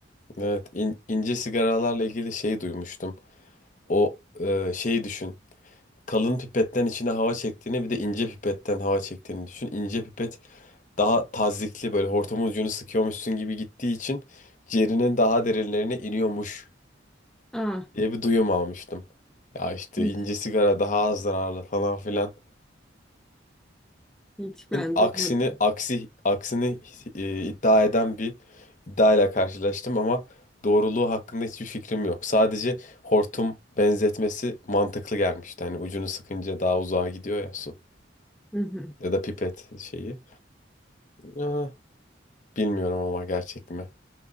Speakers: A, on the left (about 40°); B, in the centre.
A: Evet, in- ince sigaralarla ilgili şey duymuştum. O e, şeyi düşün. kalın pipetten içine hava çektiğini bir de ince pipetten hava çektiğini düşün. İnce pipet daha tazyikli böyle hortumun ucunu sıkıyormuşsun gibi gittiği için ciğerinin daha derinlerine iniyormuş
B: Aa,
A: diye bir duyum almıştım. Ya işte
B: hiç
A: ince sigara daha az zararlı falan filanın
B: hiç ben
A: aksini
B: duymadım.
A: aksi aksini e, iddia eden bir iddiayla karşılaştım ama doğruluğu hakkında hiçbir fikrim yok. Sadece hortum benzetmesi mantıklı gelmişti. Hani ucunu sıkınca daha uzağa gidiyor ya su.
B: Hı hı.
A: Ya da pipet şeyi. Ah, bilmiyorum ama gerçek mi?